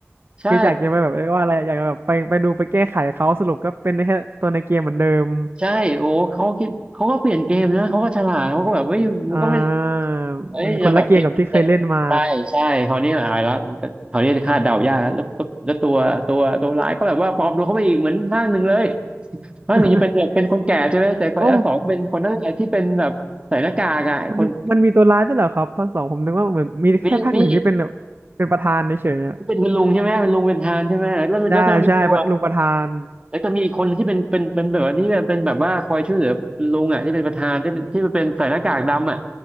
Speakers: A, on the right; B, on the right.
A: ใช่
B: คือจากจะไปแบบเรียกว่าอะไรอยากจะแบบไปไปดูไปแก้ไขเขาสรุปก็เป็นได้แค่ตัวในเกมเหมือนเดิม
A: ใช่โอ้เขาคิดเขาก็เปลี่ยนเกมนะเขาก็ฉลาดเขาก็แบบเฮ้ยมันก็ไม่
B: อ่า
A: เอ้ยเราแบบเกมเดิมๆใช่ใช่คราวนี้อายแล้วมันก็คราวนี้คาดเดายากแล้วแล้วแล้วแล้วตัวตัวตัวร้ายก็แบบว่าปลอมตัวเข้าไปอีกเหมือนภาคหนึ่งเลย
B: มันคนละเกมกับที่เคยเล่นมา
A: ภาคหนึ่งจะเป็นแบบเป็นคนแก่ใช่ไหมแต่ภาคสองเป็นคนนั่นแหละที่เป็นแบบใส่หน้ากากอ่ะไอ้คน
B: <laughs> โอ้มันมันมีตัวร้ายด้วยเหรอครับภาคสองผมนึกว่าเหมือนมีแค่ภาคหนึ่งที่เป็นแบบเป็นประธานเฉยๆอะ
A: นี่นี่ เป็นคุณลุงใช่ไหมเป็นลุงเป็นทหานใช่ไหมแล้วแล้วก็มีตัว
B: ใช่ใช่ลุงประธาน
A: แล้วก็มีอีกคนที่เป็นเป็นเป็นแบบว่าที่เป็นแบบว่าคอยช่วยเหลือคุณลุงอ่ะที่เป็นประธานที่เป็นที่เป็นใส่หน้ากากดำอ่ะ